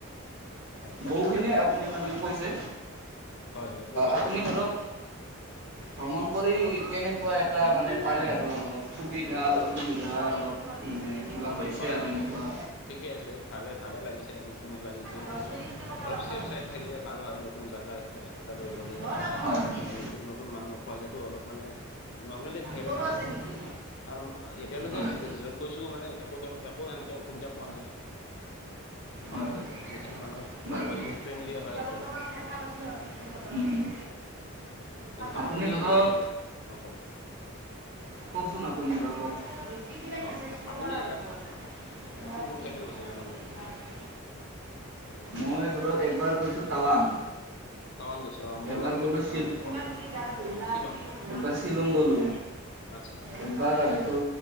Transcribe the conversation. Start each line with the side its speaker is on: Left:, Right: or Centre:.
Left: হয় কওকচোন
Right: বহুখিনিয়ে আপুনি মানে কৈছে,
Left: হয় হয় কৰিছোঁ
Right: আপুনি
Left: আৰু
Right: ধৰক ভ্ৰমণ কৰি কেনেকুৱা এটা মানে, পালে আৰু ঘৰত সুবিধা, অসুবিধা অলপ। মানে
Left: হয়,
Right: কিবা হৈছে
Left: হয়,
Right: আৰু
Left: হয়,
Right: এনেকুৱা।
Left: হয়, ঠিকে আছে, ভালে-ভালে লাগিছে আৰু ধুনীয়া লাগিছে।
Right: দহ
Left: কিন্তু
Right: মিনিটকে কথা
Left: অলপ,
Right: পাতবা
Left: ছেফ চাইড থাকিলে ভাল হয়, নতুন জেগা এখোতালৈ,
Right: লাগে।
Left: গ'লে
Right: হয়।
Left: মানে নতুন, ন নতুন, মানুহ লগ পোৱা যটো অলপ মানে, নৰ্মেলি থাকিলে
Right: তোৰো
Left: ভাল
Right: আছে
Left: আৰু।
Right: নেকি?
Left: কাৰণ এতিয়ালৈকে
Right: হয়।
Left: য'ত গৈছো, মানে একো ধৰ, একো এনেকে অসুবিধা পোৱা নাই। মানুহ
Right: হয়।
Left: যিখিনি মানুহ
Right: বাৰু
Left: লগ পাইছোঁ, ফ্ৰেণ্ডলী
Right: এতিয়া
Left: হয় সকলো।
Right: বৰ্তমান কথা পাতি হয়। উম, উম,
Left: অ তেনেকুৱা
Right: আপুনি ধৰক।
Left: এ- এ, অ কওক
Right: কওকচোন, আপুনি নিৰ্ভৰ কওক। কিনে
Left: অ,
Right: মেছেজ কৰিব
Left: আপুনি
Right: লাগিব কিমান
Left: কোন কোন
Right: কি
Left: ঠাইলৈ
Right: কথা
Left: গৈছে,
Right: কি
Left: জনাব
Right: ঘটনা
Left: নেকি?
Right: কি মই ধৰক, এবাৰ গৈছোঁ তাৱাং।
Left: টাৱাং গৈছে অ মোৰো
Right: এবাৰ ক'লো
Left: মানে
Right: চিল
Left: অ কওক
Right: এবাৰ
Left: কওক শ্বিলং
Right: চিলং গ'লো।
Left: আচ্ছা।
Right: একবাৰ হয়তো